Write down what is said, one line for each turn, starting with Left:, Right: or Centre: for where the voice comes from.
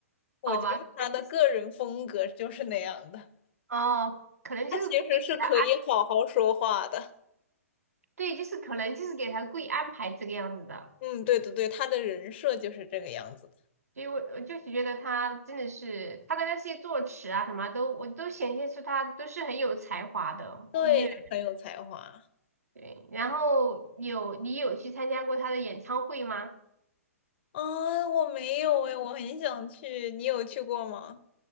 Left: 我觉得是他的个人风格就是那样的，
Right: 好吧？可能就是哦，可能就是故意给他，
Left: 他其实是可以好好说话的。
Right: 对，就是可能就是给他故意安排这个样子的。
Left: 嗯，对对对，他的人设就是这个样子的，
Right: 所以我我就是觉得他真的是他的那些作词啊什么都，我都显现出他都是很有才华的。
Left: 对，
Right: 音乐。
Left: 就很有才华
Right: 对，然后有你有去参加过他的演唱会吗？
Left: 啊。我没有诶，我很想去，你有去过吗？